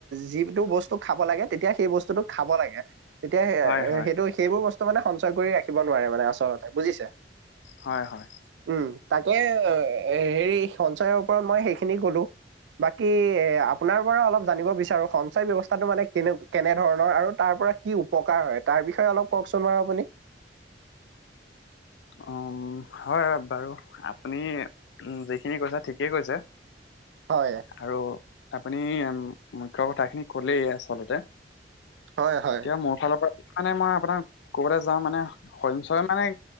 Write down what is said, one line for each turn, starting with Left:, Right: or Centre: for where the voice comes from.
Right: যিটো বস্তু খাব লাগে তেতিয়া সেই বস্তুটো খাব লাগে। তেতিয়া
Left: হয় হয়
Right: সেইটো সেইবোৰ বস্তু মানে সঞ্চয় কৰি ৰাখিব নোৱাৰে মানে আচলতে বুজিছে।
Left: হয়, হয়।
Right: উ', তাকে হেৰি সঞ্চয়ৰ ওপৰত মই সেইখিনি ক'লো। বাকী এ', আপোনাৰ পৰা অলপ জানিব বিচাৰো সঞ্চয় ব্যৱস্থাটো মানে কেনে কেনে ধৰণৰ আৰু তাৰ। কি উপকাৰ হয় তাৰ বিষয়ে অলপ কওঁকচোন বাৰু আপুনি। <inaudible>
Left: উম', হয় বাৰু আপুনি যিখিনি কৈছে ঠিকেই কৈছে।
Right: হয়,
Left: আৰু আপুনি মুখ্য কথাখিনি ক'লেই আচলতে।
Right: হয়, হয়,
Left: এতিয়া মোৰ ফালৰ পৰা মানে মই আপোনাক ক'বলে যাওঁ মানে সঞ্চয় মানে।